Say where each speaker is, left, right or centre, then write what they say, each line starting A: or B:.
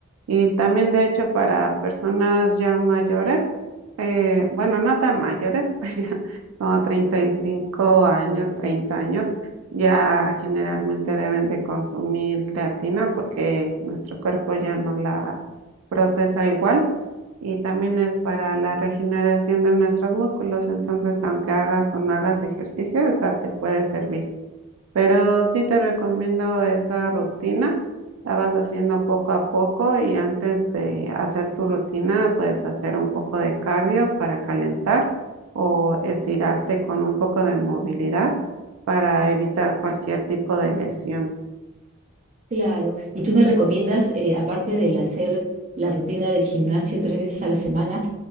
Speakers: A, on the right; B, on the right.
A: Y también, de hecho, para personas ya mayores, eh, bueno, no tan mayores, <laughs> ya como 35 años, 30 años, ya generalmente deben de consumir creatina porque nuestro cuerpo ya no la procesa igual y también es para la regeneración de nuestros músculos. Entonces, aunque hagas o no hagas ejercicio, esa te puede servir. Pero sí te recomiendo esa rutina. La vas haciendo poco a poco y antes de hacer tu rutina, puedes hacer un poco de cardio para calentar o estirarte con un poco de movilidad para evitar cualquier tipo de lesión.
B: claro. Y tú me recomiendas, eh, aparte del hacer la rutina del gimnasio tres veces a la semana,